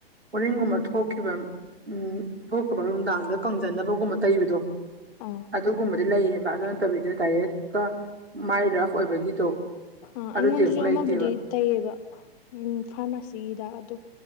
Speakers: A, on the right (about 85°); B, on the left (about 35°).
A: ꯑꯣꯔꯤꯡꯒꯨꯝꯕ ꯊꯣꯛꯈꯤꯕ ꯎꯝ ꯊꯣꯛꯈꯤꯕ ꯅꯨꯡꯗꯥꯡꯗ ꯀꯪꯖꯟꯅꯕꯒꯨꯝꯕ ꯇꯩꯕꯗꯣ
B: ꯑꯥ
A: ꯑꯗꯨꯒꯨꯝꯕꯗꯤ ꯂꯩꯌꯦꯕ ꯑꯗꯨ ꯅꯠꯇꯕꯤꯗ ꯗꯥꯏꯔꯦꯛꯀ ꯃꯥꯏ ꯔꯐ ꯑꯣꯏꯕꯒꯤꯗꯣ
B: ꯑ
A: ꯑꯗꯨꯗꯤ
B: ꯑꯩꯉꯣꯟꯗꯁꯨ
A: ꯑꯃꯨꯛ ꯂꯩꯇꯦꯕ
B: ꯑꯃꯕꯨꯗꯤ ꯇꯩꯌꯦꯕ ꯎꯝ ꯐꯥꯔꯃꯥꯁꯤꯒꯤꯗ ꯑꯗꯣ